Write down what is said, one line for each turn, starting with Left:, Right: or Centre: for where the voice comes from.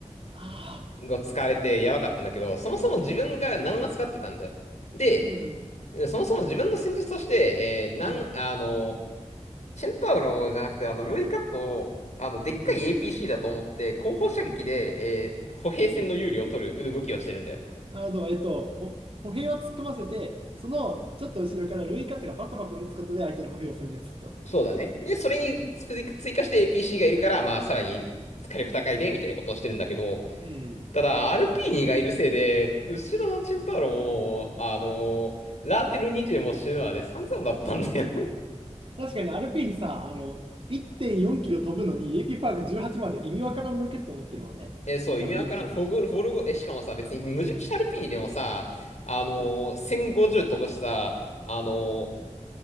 Right: ああ。
Left: が使われてやばかったんだけど、そもそも自分が何が使ってたんだよ。で、
Right: うん。
Left: そもそも自分の戦術として、えー、なん、
Right: うん。
Left: あの、チェンタウロじゃなくて、あの、ルイカと、あの、でっかい
Right: うん。うん。
Left: APC だと思って、後方射撃で、
Right: うん
Left: えー歩兵戦の有利を取る動きをしてるんだよ。
Right: なるほど。えっと、ほ歩兵を突っ込ませて、その、ちょっと後ろからルイカットがバコバコ打つことで相手の歩兵を殲滅すると。
Left: そうだね。で、それに追追加して
Right: うん。
Left: APC がいるから、まあ、さらに火力高いね、みたいなことをしてるんだけど、
Right: うん。
Left: ただ、アルピーニがいるせいで、後ろのチェンタウロも、あのラーテル20もシュまで散々だったんだよ。
Right: うん確かにアルピーにさ、あの、1.4キロ飛ぶのに AP パワーが18まで意味わからんロケット持ってるもんね。
Left: <laughs> えそう、意味わからん。
Right: アルピーに記事でしょ。
Left: フォグ、フォルゴ、え、しかもさ、別に無敵シャルピーニでもさ、あの1050飛ぶしさ、
Right: うん。
Left: あの